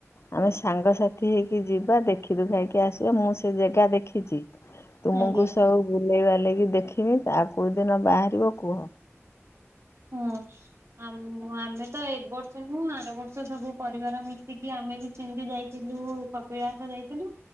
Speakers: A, on the left (about 60°); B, on the right (about 65°).
A: ଆଉ ସାଙ୍ଗସାଥି ହେଇକି ଯିବ ଦେଖି ଦୁଖାକି ଆସିବ ମୁଁ ସେ ଜେଗା ଦେଖିଛି ତୁମକୁ
B: ଆଜ୍ଞା
A: ସବୁ ବୁଲେଇ ବାଲେଇକି ଦେଖିମି ତା କୋଉଦିନ ବାହାରିବ କୁହ?
B: ହଁ ଆମ ଆମେ ତ ଏ ବର୍ଷ ନୁହ ଆର ବର୍ଷ ସବୁ ପରିବାର ମିଶିକି ଆମେ ବି। ସେମିତି ଯାଇଥିଲୁ କପିଳାସ ଯାଇଥିଲୁ